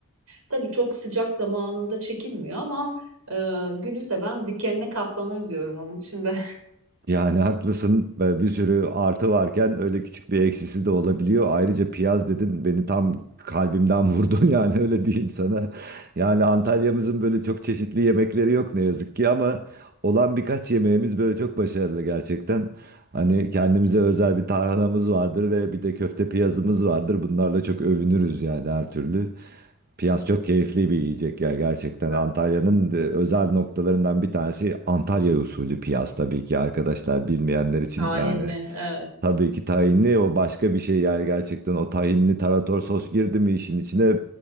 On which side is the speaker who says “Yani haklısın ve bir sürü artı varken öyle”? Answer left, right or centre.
Right